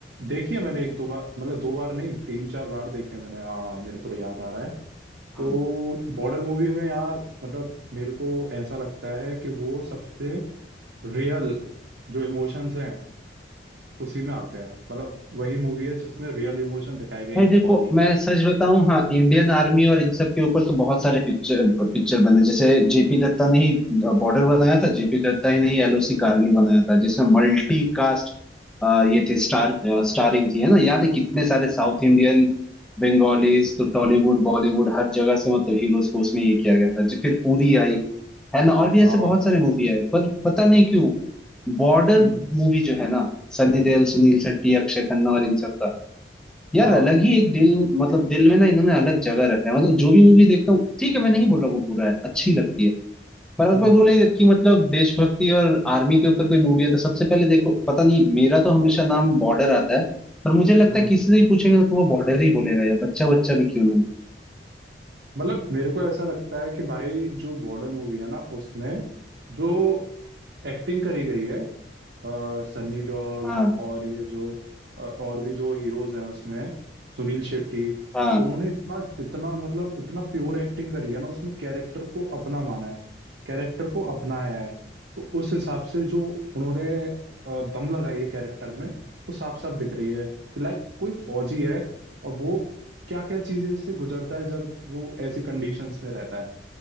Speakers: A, on the right; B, in the centre.
A: देखी है मैंने एक दो बार मतलब दो बार नहीं तीन चार बार देखी है मैंने हाँ मेरे को तो याद आ रहा है तो
B: हाँ
A: बॉर्डर मूवी में यार मतलब मेरे को ऐसा लगता है कि वो सबसे रियल जो इमोशंस हैं उसी में आते हैं मतलब वही मूवी है जिसमें रियल इमोशन दिखाए गए
B: भाई
A: हैं एक
B: देखो
A: फौजी
B: मैं
A: के
B: सच बताऊं हाँ इंडियन आर्मी और इन सब के ऊपर तो बहुत सारे पिक्चर पिक्चर बने जैसे जेपी दत्ता ने ही बॉर्डर बनाया था जेपी दत्ता ही ने ही एलओसी कारगिल बनाया था जिसमें मल्टी कास्ट ये थे स्टार स्टारिंग थी है ना याद है कितने सारे साउथ इंडियन बंगालीज तो टॉलीवुड बॉलीवुड हर जगह से मतलब हीरोज को उसमें ये किया गया था जो फिर उरी आई है ना और भी ऐसे
A: हाँ
B: बहुत सारे
A: हाँ
B: मूवी आए पर पता नहीं क्यों बॉर्डर
A: हम्म
B: मूवी जो है ना सनी देओल
A: हम्म
B: सुनील शेट्टी अक्षय खन्ना और इन सब का यार
A: हाँ
B: अलग ही एक दिल मतलब दिल में ना इन्होंने अलग जगह रखा है मतलब जो भी मूवी देखता हूँ ठीक है मैं नहीं बोल रहा वो बुरा है अच्छी लगती है पर अगर
A: हम्म
B: कोई बोले कि मतलब देशभक्ति और आर्मी के ऊपर कोई मूवी है तो सबसे पहले देखो पता नहीं मेरा तो हमेशा नाम बॉर्डर आता है पर मुझे लगता
A: हम्म
B: है किसी से ही पूछेंगे तो वो बॉर्डर ही बोलेगा यार बच्चा बच्चा भी क्यों ना हो।
A: मतलब मेरे को ऐसा लगता है कि भाई जो बॉर्डर मूवी है ना उसमें जो एक्टिंग करी गई है अ, सन्नी देओल
B: हाँ
A: और ये जो अ, और भी जो हीरोज हैं उसमें सुनील शेट्टी
B: हाँ
A: उन्होंने इतना इतना मतलब इतना प्योर एक्टिंग करी है ना उसमें कैरेक्टर को अपना माना है कैरेक्टर को अपनाया है तो उस हिसाब से जो उन्होंने अ, दम लगाई है कैरेक्टर में वो साफ साफ दिख रही है कि लाइक कोई फौजी है और वो क्या क्या चीजें इससे गुजरता है जब वो ऐसी कंडीशंस में रहता है